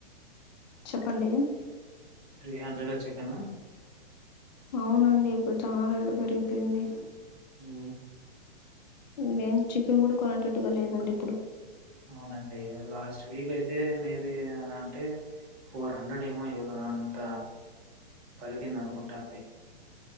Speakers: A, on the left; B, on the right.
A: చెప్పండి
B: త్రీ హండ్రెడ్ అచిక్కెను
A: అవునండి ఇప్పుడు చాలా రేటు పెరిగిపోయింది
B: అ
A: వేం చికెన్ కూడా కొనటట్టుగా లేదండి ఇప్పుడు
B: అవునండి లాస్ట్ వీక్ అయితే మేబీ అంటే ఫోర్ హండ్రెడ్ ఏమో అంత పలికింద అనుకుంటా అండి